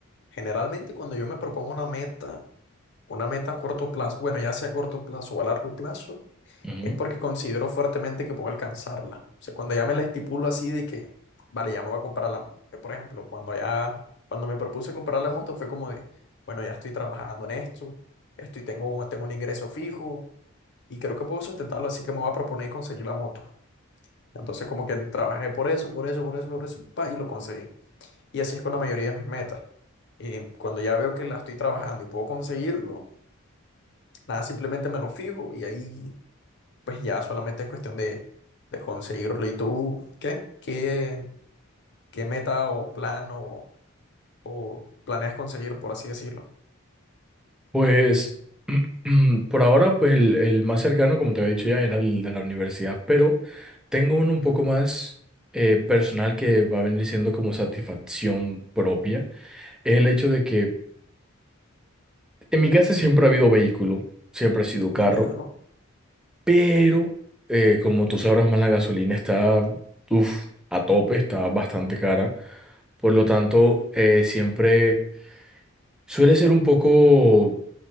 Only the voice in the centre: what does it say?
Ujú.
Pues <clears throat> por ahora, pues el, el más cercano, como te había dicho ya, era el de la universidad, pero tengo uno un poco más eh, personal que va a venir siendo como satisfacción propia, es el hecho de que en mi casa siempre ha habido vehículo, siempre ha sido carro.
Pero, eh, como tú sabrás más, la gasolina está, uf, a tope, está bastante cara. Por lo tanto, eh, siempre suele ser un poco